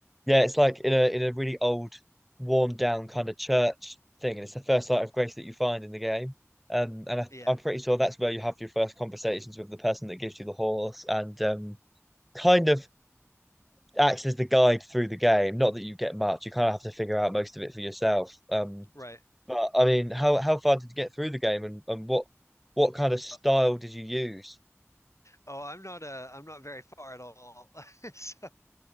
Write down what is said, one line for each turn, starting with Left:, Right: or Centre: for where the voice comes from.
Centre: yeah, it's like in a in a really old, worn down kind of church thing, and it's the first sight of grace that you find in the game, um, and I,
Left: Yeah,
Centre: I'm pretty sure that's where you have your first conversations with the person that gives you the horse, and um, kind of acts as the guide through the game. Not that you get much, you kind of have to figure out most of it for yourself, um,
Left: right.
Centre: but I mean, how how far did you get through the game, and, and what what kind of style
Left: Uh,
Centre: did you use?
Left: Oh, I'm not uh I'm not very far at all. <laughs> So,